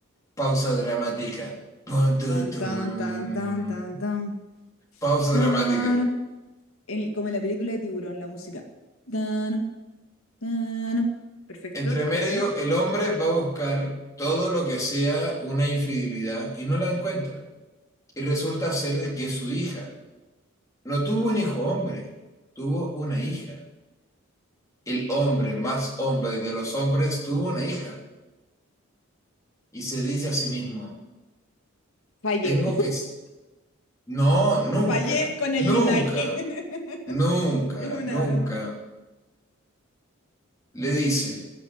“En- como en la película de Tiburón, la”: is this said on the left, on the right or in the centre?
Left